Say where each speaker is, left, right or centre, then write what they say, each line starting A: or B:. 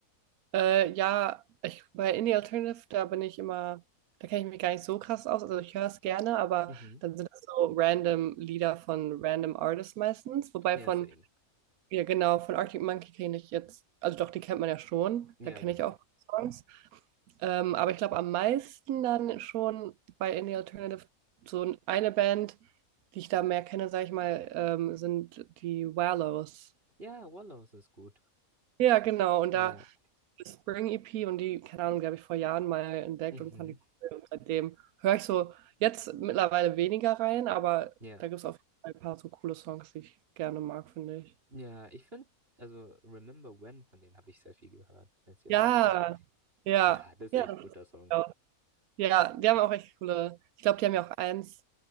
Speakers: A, on the right; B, on the right.
A: Äh, ja, ich, bei Indie Alternative, da bin ich immer, da kenne ich mich gar nicht so krass aus. Also ich höre es gerne, aber
B: Mhm.
A: dann sind das so random Lieder von random Artists meistens. Wobei
B: Ja,
A: von,
B: same.
A: ja genau, von Arctic Monkey kenne ich jetzt, also doch, die kennt man ja schon,
B: Ja,
A: da kenne
B: genau.
A: ich auch Songs. Ähm, aber ich glaube am meisten dann schon bei Indie Alternative so eine Band, die ich da mehr kenne, sage ich mal, ähm, sind die Wallows.
B: Ja, Wallows ist gut.
A: Ja, genau. Und
B: Ja.
A: da Spring EP und die, keine Ahnung, die habe ich vor Jahren mal entdeckt
B: Mhm.
A: und fand die cool. Und seitdem höre ich so jetzt mittlerweile weniger rein, aber
B: Ja.
A: da gibt es auf jeden Fall ein paar so coole Songs, die ich gerne mag, finde ich.
B: Ja, ich finde, also Remember When, von denen habe ich sehr viel gehört, wenn es dir
A: Ja,
B: was sagt.
A: ja,
B: Ja, das ist
A: ja,
B: echt ein
A: das
B: guter
A: ist
B: Song.
A: ja auch- ja, die haben auch echt coole. Ich glaube, die haben ja auch eins